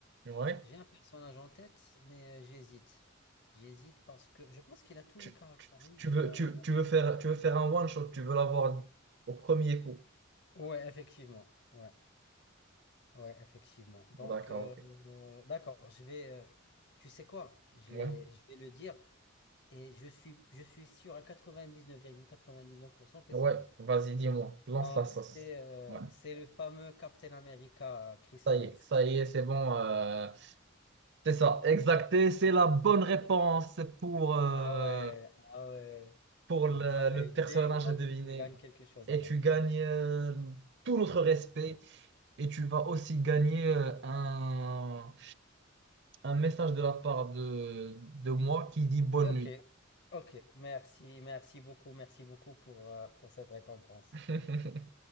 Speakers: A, on the right; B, on the left.
A: Ouais.
B: J'ai un personnage en tête, mais euh, j'hésite. J'hésite parce que je pense qu'il a tous
A: Tu,
B: les caractères.
A: tu,
B: Oui,
A: tu
B: il
A: veux,
B: a,
A: tu,
B: il a-
A: tu veux faire, tu veux faire un one shot, tu veux l'avoir au premier coup.
B: Ouais, effectivement. Ouais. Ouais, effectivement. Donc
A: Bon, D'accord,
B: euh,
A: ok.
B: euh, d'accord, je vais euh, tu sais quoi? Je
A: Ouais.
B: vais je vais le dire et je suis je suis sûr à quatre-vingt-dix-neuf quatre-vingt-dix-neuf virgule quatre-vingt-dix-neuf pour cent que
A: Ouais,
B: c'est lui.
A: vas-y, dis-moi, lance
B: Donc,
A: la sauce.
B: c'est euh,
A: Ouais.
B: c'est le fameux Captain America, euh, Chris
A: Ça
B: Evans.
A: y est, ça y est, c'est bon. euh, c'est ça, exacté, c'est la bonne réponse pour, euh,
B: Ah ouais, ah ouais,
A: pour le,
B: ah ouais,
A: le
B: je
A: personnage
B: l'ai eu. Donc,
A: à deviner.
B: je, je gagne quelque chose
A: Et
B: alors.
A: tu gagnes euh, tout notre respect et tu vas aussi gagner euh, un, un message de la part de, de moi qui dit bonne
B: Ok,
A: nuit.
B: ok, merci, merci beaucoup, merci beaucoup pour, euh, pour cette récompense.
A: <laughs>